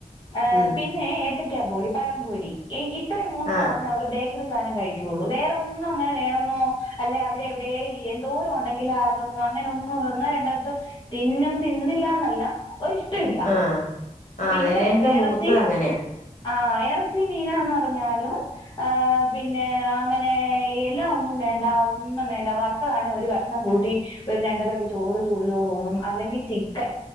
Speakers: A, on the left; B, on the left.
A: ഏ
B: ഉം
A: പിന്നെ ഏത്തക്ക പോളി പഴംമ്പൊരി എ ഇത് മൂന്ന്
B: ആ
A: സാധനം അവള് ബേക്കറി സാനം കഴിക്കൊള്ളു വേറൊന്നു അങ്ങനെ വേണന്നോ അല്ല അവടെ എവിടെ എന്തോരം ഒണ്ടെങ്കിലും അതൊന്നും അങ്ങനെ ഒന്ന് ഒന്നോ രണ്ടോ <unintelligible> തിന്നും തിന്നില്ല ന്നല്ല ഒരിഷ് ടല്ല
B: ആ ആ
A: പിന്നെ
B: അതേലെ എന്റെ
A: എറച്ചി
B: മൂത്തത് അങ്ങനെയാ
A: ആ എറച്ചി മീനൊന്ന അത് പറഞ്ഞാലും ആ പിന്നെ അങ്ങനെ എല്ലാം ഒന്നും വേണ്ട ഒന്നും വേണ്ട വറുത്തതാണെ ഒരു കഷ് ണം കൂട്ടി ഒരു രണ്ടു തവി ചോറ് ചൂട് ചോറുംണ്ണും അല്ലെങ്കി ചിക്കൻ